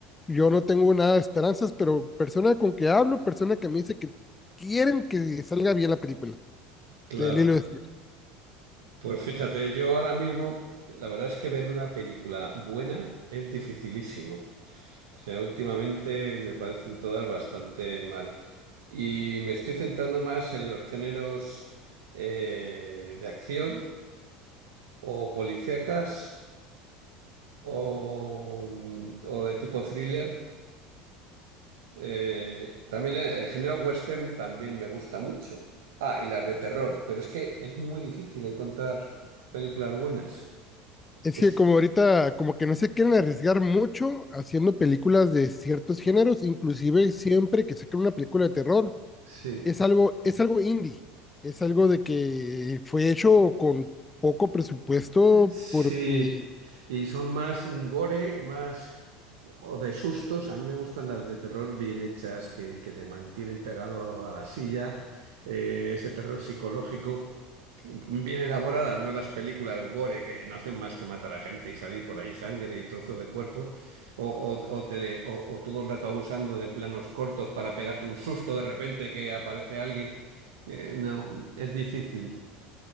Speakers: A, on the left; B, on the right.
A: Yo no tengo nada de esperanzas, pero persona con que hablo, persona que me dice que quieren que salga bien la película
B: claro.
A: de Lilo y Stitch.
B: Pues fíjate, yo ahora mismo, la verdad es que ver una película buena es dificilísimo. O sea, últimamente me parecen todas bastante mal. Y me estoy centrando más en los géneros eh, de acción o policíacas o, mm, o de tipo thriller. Eh, también el, el género western también me gusta mucho. Ah, y las de terror, pero es que es muy difícil encontrar películas buenas.
A: Es
B: Es-
A: que como ahorita, como que no se quieren arriesgar mucho haciendo películas de ciertos géneros, inclusive siempre que sacan una película de terror,
B: sí,
A: es algo, es algo indie, es algo de que fue hecho con poco presupuesto
B: sí.
A: porque
B: Y son más gore, más... O de sustos, a mí me gustan las de terror bien hechas, que, que te mantienen pegado a la silla, eh, ese terror psicológico, bien elaboradas, no las películas gore que no hacen más que matar a gente y salir por ahí sangre y trozos de cuerpos, o, o- o te- o- o todo el rato abusando de planos cortos para pegarte un susto de repente que aparece alguien. Eh, no, es difícil.